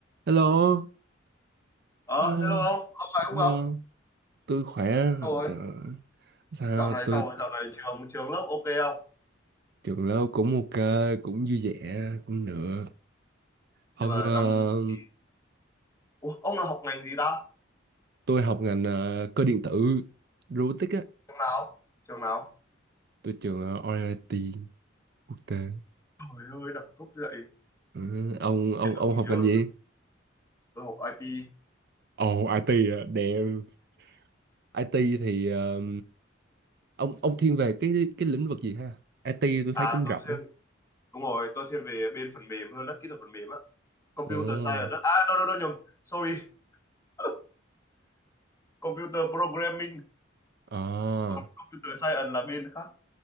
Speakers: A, on the right; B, on the left.
A: Hello,
B: Ờ,
A: hello,
B: hello ông, ông lại không
A: hello,
B: gặp?
A: tôi khỏe,
B: Sao rồi?
A: trời ơi, sao
B: Dạo này
A: tôi
B: sao rồi? Dạo này trường trường lớp ok không?
A: trường lớp cũng ok, cũng vui vẻ, cũng được. Ông,
B: Nhưng mà
A: ờ,
B: năm thì Ủa, ông là học ngành gì ta?
A: tôi học ngành ờ, cơ điện tử, robotics á,
B: Trường nào? Trường nào?
A: tôi trường ờ, RIT quốc tế.
B: Trời ơi, đẳng cấp vậy.
A: Ừ, ông, ông,
B: Để
A: ông
B: Tôi
A: học
B: nhớ
A: ngành gì?
B: tôi học IT.
A: Ồ, IT à, damn. IT thì ờ, ông, ông thiên về cái cái lĩnh vực gì ha? IT tôi
B: À,
A: thấy cũng
B: tôi
A: rộng
B: thiên
A: á.
B: đúng rồi, tôi thiên về bên phần mềm hơn đó, kỹ thuật phần mềm á. Computer
A: Ồ,
B: science đó. À, đâu đâu đâu nhầm. Sorry. <laughs> Computer programming,
A: à,
B: còn computer science là bên khác.